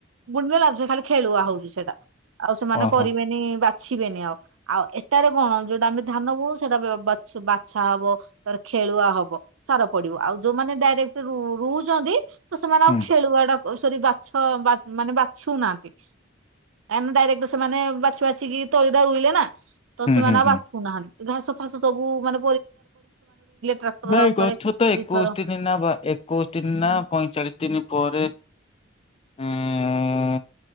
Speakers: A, on the right; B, on the left.
A: ମୁୁଣ୍ଡ <unintelligible> ଖାଲି ଖେଳୁଆ ହଉଛି ସେଇଟା। ଆଉ ସେମାନେ
B: ଓହୋ
A: କରିବେନି ବାଛିବେନି ଆଉ। ଆଉ ଏଟାରେ କଣ ଯୋଉଟା ଆମେ ଧାନ ଗୁଣୁ ସେଟା ବାଛ -ବାଛା ହବ ତାର ଖେଳୁଆ ହବ। ସାର ପଡିବ ଆଉ ଯୋଉମାନେ ଡାଇରେକ୍ଟ ରୁ-ରହୁଛନ୍ତି ତ ସେମାନେ
B: ହୁଁ
A: ଆଉ ଖେଳୁଡା ଓସରି ବାଛ ବା ମାନେ ବାଛୁ ଉନାହାନ୍ତି। କାହିଁକି ନା ଡାଇରେକ୍ଟ ସେମାନେ ବାଛି ବାଛି କିି ତଳିଟା ରୁଇଲେ ନା। ତ
B: ହୁଁ
A: ସେମାନେ
B: ହୁଁ
A: ଆଉ
B: ହୁଁ।
A: ବାଛୁନାହାନ୍ତି <unintelligible> ସବୁ ମାନେ ଟ୍ରାକ୍ଟର
B: ନାଇଁ
A: ଆଉ
B: ଗଛ
A: ଥରେ
B: ତ ଏକୋଇଶି
A: ଦିଥର
B: ଦିନ ନା ବା ଏକୋଇଶି ଦିନ ନା ପଇଁଚାଳିଶ ଦିନ ପରେ ହୁଁ।